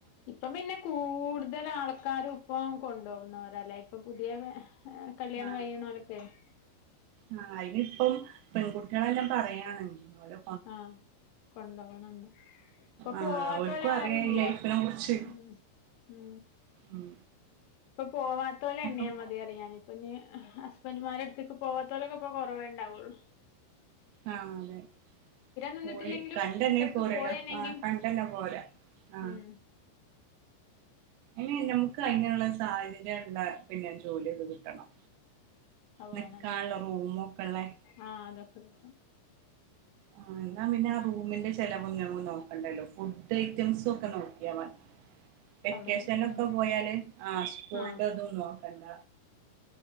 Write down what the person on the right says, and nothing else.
ആഹ
ആ അനിപ്പം പെൺകുട്ടികളെല്ലാം പറയണലോ
ആഹ്
ഓൽക്കും
അറിയാ
ഈ ലൈഫിനെ കുറിച്ച്
ഉം
അപ്പം
ആ അതെ
പോയി കണ്ടന്നെ
പോരല്ലോ
ആ കണ്ടന്നെ പോരാ ആ
ഇനെ നമുക്ക് അങ്ങെയുള്ള സാഹചര്യം ള്ള പിന്നെ ജോലിയൊക്കെ കിട്ടണം
നിക്കാള്ള റൂമൊക്കെള്ളെ
ആ എന്നാ പിന്നെ ആ റൂമിന്റെ ചെലവും ങ്ങൾ നോക്കണ്ടല്ലോ ഫുഡ് ഐറ്റംസും ഒക്കെ നോക്കിയാൽ മതി വെക്കേഷൻ
ഒക്കെ പോയാല് ആ സ്കൂളിന്റെ
ത്നോ അല്ല